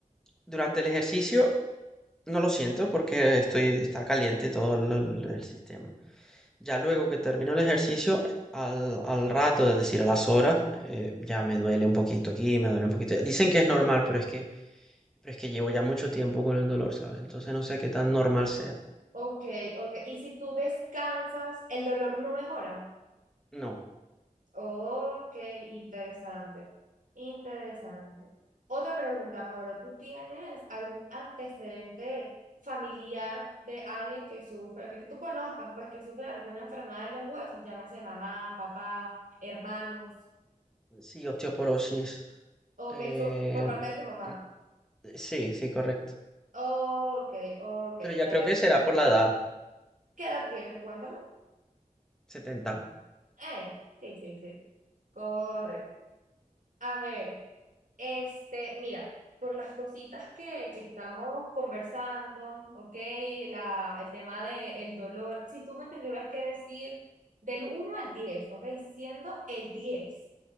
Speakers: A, in the centre; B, on the right (about 70°).
A: durante el ejercicio No lo siento porque estoy, está caliente todo lo- lo- el sistema. Ya luego que termino el ejercicio, al, al rato, es decir, a las horas, eh, ya me duele un poquito aquí, me duele un poquito. Dicen que es normal, pero es que, pero es que llevo ya mucho tiempo con el dolor, ¿sabes? Entonces no sé qué tan normal sea.
B: Ok, ok. Y si tú descansas, el dolor no mejora.
A: No,
B: Ok, interesante, interesante. Otra pregunta, Mauro, ¿tú tienes algún antecedente familiar de alguien que sufre, que tú conozcas, pues que sufre de alguna enfermedad de los huesos, llámese mamá, papá, hermanos,
A: sí, osteoporosis.
B: ok,
A: Eh,
B: su- por parte de tu mamá?
A: mm, sí, sí, correcto.
B: Ok, ok,
A: Pero ya
B: per.
A: creo que será por la edad,
B: ¿Qué edad tienes? Cuéntame.
A: 70.
B: Eh, sí, sí, sí. Correcto. A ver, este, mira, por las cositas que, que estamos conversando, ¿ok? La, el tema del dolor, si tú me tendrías que decir del uno al 10, ¿ok? Siendo el diez,